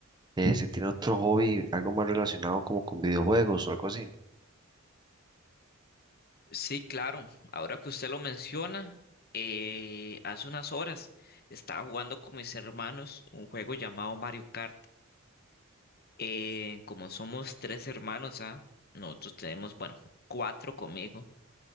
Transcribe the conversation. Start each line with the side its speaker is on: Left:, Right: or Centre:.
Right: eh, si tiene otro hobby, algo más relacionado como con videojuegos o algo así.
Left: Sí, claro, ahora que usted lo menciona, eh, hace unas horas estaba jugando con mis hermanos un juego llamado Mario Kart. Eh, como somos tres hermanos, ¿ah? Nosotros tenemos, bueno, cuatro conmigo.